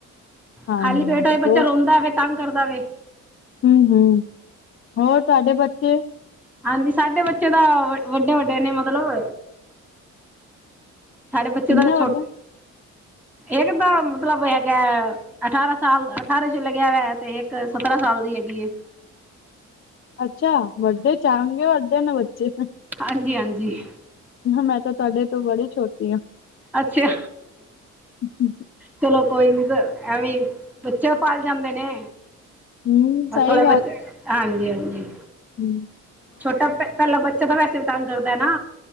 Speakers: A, on the left; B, in the centre.
A: ਹਾਂਜੀ
B: ਖਾਲੀ ਪੇਟ ਬੱਚਾ
A: ਹੋ
B: ਰੋਂਦਾ ਐ ਫੇਰ ਤਾੰਗ ਕਰਦਾ ਵੇ।
A: ਹੂੰ-ਹੂੰ ਹੋਰ ਤੁਆਡੇ ਬੱਚੇ
B: ਹਾਂਜੀ ਸਾਡੇ ਬੱਚੇ ਤਾਂ ਵਡ ਵੱਡੇ-ਵੱਡੇ ਨੇ ਮਤਲਬ ਸਾਡੇ ਬੱਚੇ
A: ਕਿੰਨੇ
B: ਦਾ
A: ਵੱਡੇ?
B: ਛੋਟ ਏਕ ਦਾ ਮਤਲਬ ਹੈਗਾ ਐ ਅਠਾਰਾਂ ਸਾਲ ਅਠਾਰਾਂ ਚ ਲੱਗਿਆ ਹੋਯਾ ਤੇ ਏਕ ਸਤਰਾਂ ਸਾਲ ਦੀ ਹੈਗੀ ਏ।
A: ਅੱਛਾ ਵੱਡੇ ਚ‌ ਆਣਗੇ ਵੱਡੇ ਨੇ ਬੱਚੇ
B: ਹਾਂਜੀ-ਹਾਂਜੀ।
A: ਮੈਂ ਤਾਂ ਤੁਆਡੇ ਤੋਂ ਬੜੀ ਛੋਟੀ ਆ।
B: ਅੱਛਾ।
A: <inaudible>
B: ਚਲੋ ਕੋਈ ਨੀ ਵ ਐਵੇਂ ਬੱਚੇ ਪਾਲ ਜਾਂਦੇ ਨੇ।
A: ਹੂੰ ਸਹੀ
B: ਬਸ ਥੋੜੇ ਬੱਚੇ, ਹਾਂਜੀ-ਹਾਂਜੀ।
A: ਹੂੰ।
B: ਛੋਟਾ ਪਹਿਲਾਂ ਬੱਚਾ ਤਾਂ ਵੈਸੇ ਵੀ ਤੰਗ ਕਰਦਾ ਨਾ।